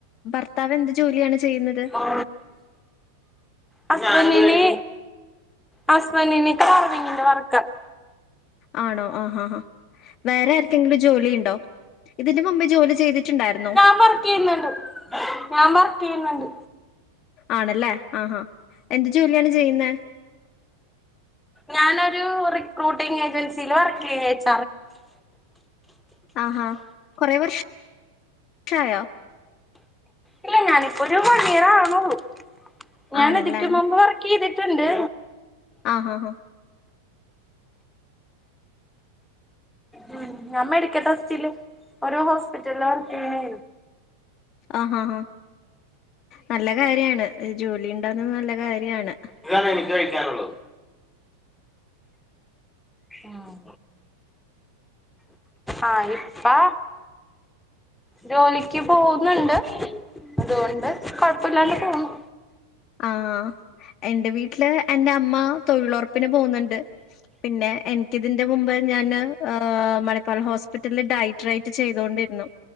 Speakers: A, on the left (about 35°); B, in the centre.
A: ഭർത്താവ് എന്ത് ജോലിയാണ് ചെയ്യുന്നത്?
B: <inaudible> ഹസ്ബൻഡ്ന്.. ഹുസ്ബൻഡ് ന് <unintelligible> വർക്കാ
A: ആണോ ആഹാ ആഹാ. വേറെ ആർക്കെങ്കിലും ജോലി ഇണ്ടോ? ഇതിന്റെ മുമ്പേ ജോലി ചെയ്തിട്ടുണ്ടായിരുന്നോ?
B: ഞാൻ വർക്ക് ചെയ്യുന്നുണ്ട്. ഞാൻ വർക്ക് ചെയ്യുന്നണ്ട്
A: ആണല്ലേ. ആഹാ എന്ത് ജോലിയാണ് ചെയ്യുന്നെ?
B: ഞാനൊരു റിക്രൂട്ടിംഗ് ഏജൻസിൽ വർക്ക് ചെയ്യ <unintelligible>
A: ആഹാ കൊറെ വർഷായോ?
B: ഇല്ല. ഞാനിപ്പോ ഒരു വൺഇയാറാവുന്നള്ളു. ഞാന്
A: ആണല്ലേ
B: ഇതിക്കും മുൻപ് വർ ക്കി ചെയ്തിട്ടുണ്ട്.
A: ആഹ് ആഹ് ആഹ്.
B: മം. ഞാൻ മെഡിക്കൽ <unintelligible> ഓരോ ഹോസ്പിറ്റലില് വർക്ക്‌ ചെയ്യാ
A: ആഹാ ആഹാ. നല്ല കാര്യാണ്. ജോലി ഇണ്ടാവുന്നത് നല്ല കാര്യാണ്.
B: ഇതാണ് എനിക്ക് കഴിക്കാനുള്ളത്. മം ആഹ് ഇപ്പാ ജോലിക്ക് പോകുന്നുണ്ട്. അതുകൊണ്ട് കൊഴപ്പില്ലാണ്ട് പോവുന്നു.
A: ആഹ്. എന്റെ വീട്ടില് എന്റെ അമ്മ തൊഴിലുറപ്പിന് പോകുന്ന്ണ്ട്. പിന്നെ എനിക്കിതിന്റെ മുമ്പ് ഞാന് മണിപ്പാൽ ഹോസ്പിറ്റലില് ഡൈ ട്രാറ്റ് ചെയ്തൊണ്ടിരുന്നു.